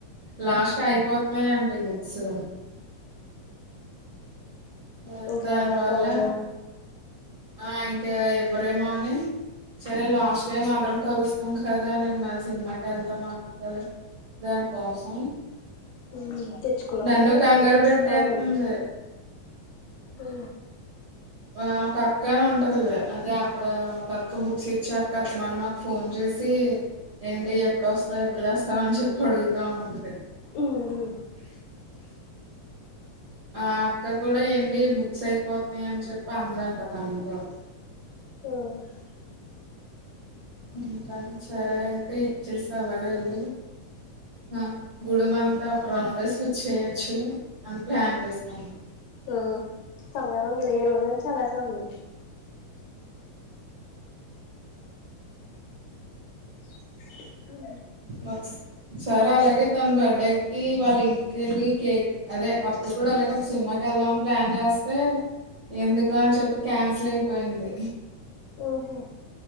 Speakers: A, on the right; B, on the left.
A: లాస్ట్ అయి పోతున్నయండి బుక్సు ఆ
B: ఇంక
A: దానివల్ల
B: రాయడానికి అవ్వేమో
A: ఆ ఇంక ఇవ్వరేమో అని సరే లాస్ట్ టైమ్ అందరం కలుస్తాం కదా నిన్న సినిమాకి వెళ్తాము అనుకోలే దానికోసం
B: ఉ తెచ్చుకున్నప్పుడే
A: నన్ను కంగారు
B: ఎక్కువ తెచ్చెసుకోవాలండీ
A: పెట్టేతుంది
B: ఉ
A: ఆ ఓ అక్క అని ఉంటదిలే అదే అక్కడ ఒక అక్క బుక్స్ ఇచ్చాక అస్తమానం మకు ఫోన్ చేసి ఏంటి ఎప్పుడోస్తావ్ ఎప్పుడు తెస్తావ్ అని చెప్పి అడుగుతా ఉంటది
B: ఉహు
A: ఆ అక్క కూడా ఏంటి బుక్స్ అయిపోత్ య్ అని చెప్పి అందంట తనతోటి
B: ఓస్
A: ఇంతని సరే అయితే ఇచ్చేసి అలాగే ఎల్లి ఆ గూడెం అంతా ఒక రౌండేస్కోచ్చేయొచ్చు అని ప్లాన్ చేసుకుంది
B: ఆ చల్లగానే ఉందిలే ఈ రోజు చల్లగానే ఉంది ఉ
A: మాక్స్ సరే అలాగే తన బర్త్డే కి వాళ్ళ ఇంటికెళ్ళి కేక్ అదే అప్పుడు కూడా ఇలాగే సినిమాకెళ్దామని ప్లాన్ చేస్తే ఎందుకు అని చెప్పి క్యాన్సిల్ అయిపోయింది
B: ఉహు